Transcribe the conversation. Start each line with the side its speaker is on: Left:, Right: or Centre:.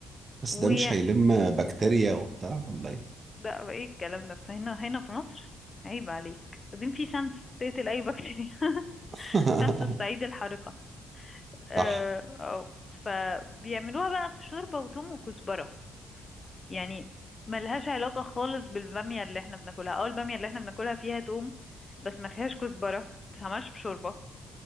Right: بس
Left: وي
Right: ده مش هيلم بكتيريا وبتاع ولا ايه
Left: بقى بقى ايه الكلام ده فهنا هنا في مصر عيب عليك بعدين في شمس تقتل اي بكتيريا <laughs>
Right: <laughs>
Left: شمس الصعيد الحارقة آه
Right: صح
Left: آه، فبيعملوها بقى بشوربة وتوم وكزبرة يعني ملهاش علاقة خالص بالبامية اللي احنا بناكلها او البامية اللي احنا بناكلها فيها توم بس ما فيهاش كزبرة ما بتتعملش بشوربة